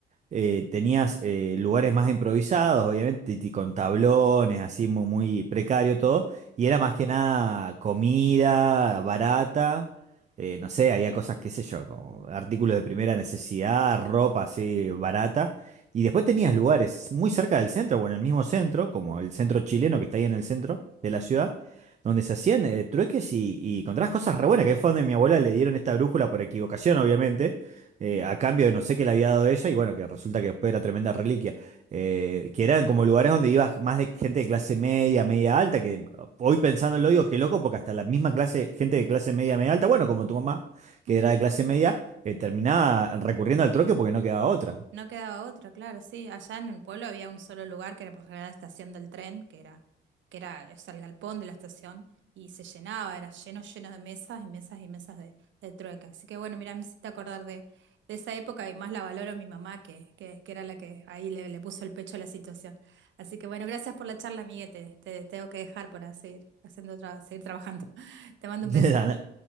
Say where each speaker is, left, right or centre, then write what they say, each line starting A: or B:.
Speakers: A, on the right; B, on the right.
A: eh, tenías eh, lugares más improvisados, obviamente, y con tablones, así muy, muy precario todo, y era más que nada comida barata, eh, no sé, había cosas, qué sé yo, como artículos de primera necesidad, ropa así barata, y después tenías lugares muy cerca del centro, o en el mismo centro, como el centro chileno que está ahí en el centro de la ciudad, donde se hacían eh, trueques y, y encontrabas cosas re buenas, que ahí fue donde mi abuela le dieron esta brújula por equivocación, obviamente eh, a cambio de no sé qué le había dado ella, y bueno, que resulta que después era tremenda reliquia, eh, que eran como lugares donde iba más de gente de clase media, media alta, que hoy pensándolo digo, qué loco, porque hasta la misma clase, gente de clase media, media alta, bueno, como tu mamá, que
B: Ujú.
A: era de clase media, eh, terminaba recurriendo al troque porque no quedaba otra.
B: No quedaba otra, claro, sí. Allá en el pueblo había un solo lugar que era por lo general la estación del tren, que era, que era, o sea, el galpón de la estación, y se llenaba, era lleno, lleno de mesas y mesas y mesas de, de trueca. Así que bueno, mira, me hiciste acordar de, de esa época y más la valoro a mi mamá, que, que, que era la que ahí le, le puso el pecho a la situación. Así que bueno, gracias por la charla, amiguete. Te, te tengo que dejar para seguir haciendo otra, seguir trabajando. <laughs> Te mando
A: <laughs>
B: un beso.
A: Andá,